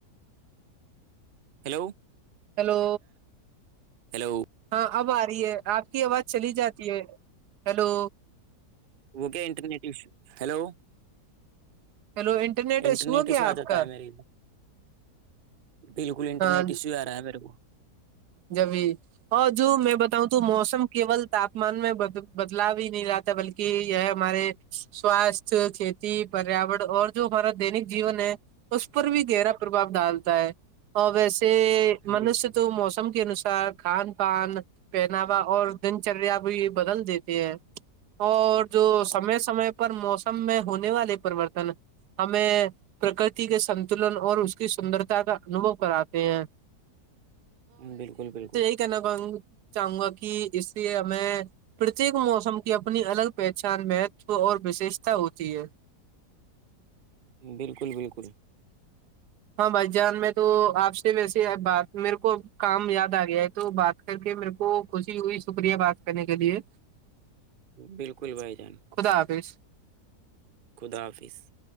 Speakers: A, on the right; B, on the right.
A: ہیلوٹ
B: ہیلو
A: ہیلو
B: ہاں اب آ رہی ہے آپ کی آواز چلی جاتی ہے ہلو
A: وہوکے انٹرٹشو ہیلو
B: ہیلو ایشو
A: انٹرنیٹ
B: ہے کیا
A: ہی سےو آ
B: آپ
A: جاتا
B: کا
A: ہے میرری ادھر بالکل انٹرنیٹ
B: ہاں
A: ایشو آ رہا ہے میرے کو
B: جبھی اور جو میں بتاؤں تو موسم کیول تپ من میں ب بدلاؤ ہی نہیں رہتا بلکہ یہ ہمارے سواستھ کھیتی پریاورن اور جو ہمارا دینک جیون ہے اس پر بھی گہرا پرباؤ ڈالتا ہے اور ویسے منوشیہ
A: میرے کو
B: تو موسم کے انوسار کھان پان پہناوا اور دن چریا بھی بدل دیتی ہے اور جو سمے سمے پر موسم میں ہونے والے پرریوررتن ہمیں پرکتی کے سنتلن اور اس کی سندرتا کا انوبو کراتے ہیں
A: بالکل بالکل
B: یہ کہنا چاہوں گا کہ اس سے ہمیں پرتیک موسم کی اپنی الگ پہچان مہتو اور وششتا ہوتی ہے
A: بالکل بالکل
B: ہاں بھائی جان میں تو آپ سے ویسے بات میرے کو کام یاد آ گیا ہے تو بات کر کے میرے کو خوشی ہوئی شکریہ بات کرنے کے لیے
A: بالکل بھائی جان
B: خدا حافظ
A: خدافظ